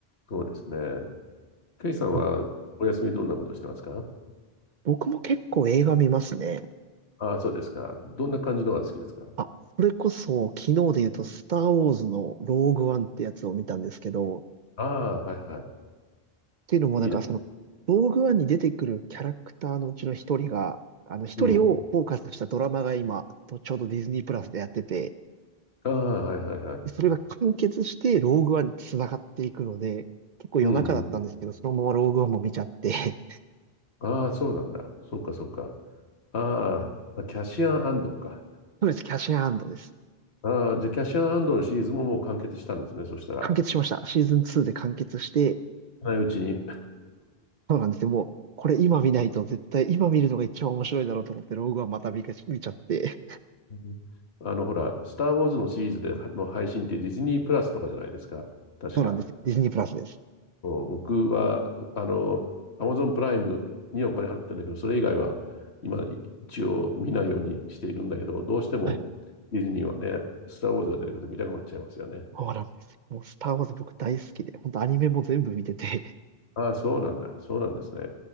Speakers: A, on the left; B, on the right.
A: そうですね。ケイさんはお休みどんなことしてますか
B: ぼ僕も結構映画見ますね。
A: ああ、そうですか。どんな感じのが好きですか
B: あ、それこそ、昨日で言うと、スター・ウォーズのローグワンってやつを見たんですけど、
A: ああ、はいは
B: ていうのも、
A: い。
B: なんかその、
A: いいです。
B: ローグワンに出てくるキャラクターのうちの一人が、あの、一人をフォーカスしたドラマが今、
A: うん。
B: とちょうどディズニープラスでやってて、
A: ああ、はいはいはい。
B: それが完結してローグワンに繋がっていくので、結構夜中だったんですけど、
A: うんうん。
B: そのままローグワンも見ちゃって、
A: ああ、そうなんだ。そっかそっか。ああ、キャシアン安藤か。
B: <laughs> そうです、キャッシュアンドです。
A: ああ、じゃあキャシアン安藤のシリーズももう完結したんですね。そしたら。
B: 完結しました。シーズン2で完結して、
A: ないうちに。
B: そうなんですよ。もう、これ今見ないと絶対今見るのが一番面白いだろうと思って、ローグワンまた見か見ちゃって、
A: <laughs> あの、ほら、スター・ウォーズのシリーズでの配信ってディズニープラスとかじゃないですか。確か。
B: そうなんですよ。ディズニープラスです。
A: そ僕は、あの、アマゾンプライムにお金払ってるんだけど、それ以外は今一応見ないようにしているんだけど、どうしてもディズニーはね、
B: はい
A: スター・ウォーズが出てくると見たくなっちゃいますよね。
B: そうなんですよ。もうスター・ウォーズ僕大好きで、本当アニメも全部見てて、<laughs>
A: ああ、そうなんだ。そうなんですね。